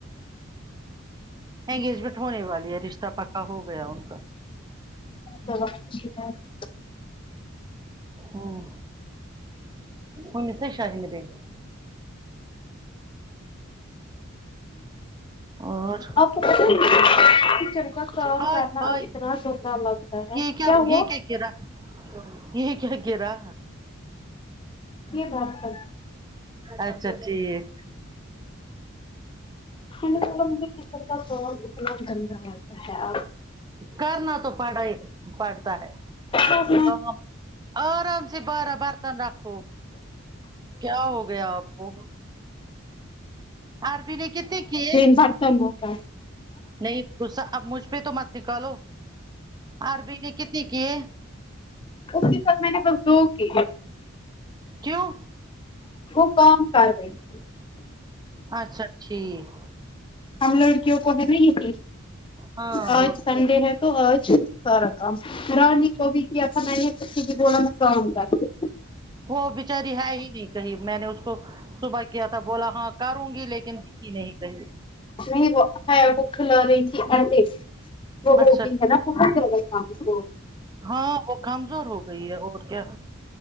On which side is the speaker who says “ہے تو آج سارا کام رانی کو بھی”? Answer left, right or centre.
Left